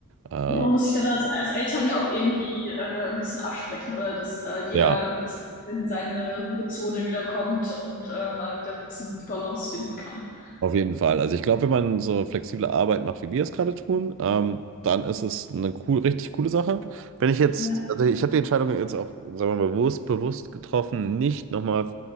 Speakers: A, on the right (about 60°); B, on the left (about 40°).
A: Äh,
B: Ja, man muss sich dann als, als Eltern ja auch irgendwie äh, ein bisschen absprechen oder dass da jeder
A: ja,
B: ein bisschen in seine Ruhezone wiederkommt und äh, mal wieder ein bisschen die Balance finden kann.
A: auf jeden Fall. Also ich glaube, wenn man so flexible Arbeit macht, wie wir es gerade tun, ähm, dann ist es eine cool, richtig coole Sache. Wenn ich jetzt,
B: Ja.
A: also ich habe die Entscheidung jetzt auch, sagen wir mal, bewusst, bewusst getroffen, nicht nochmal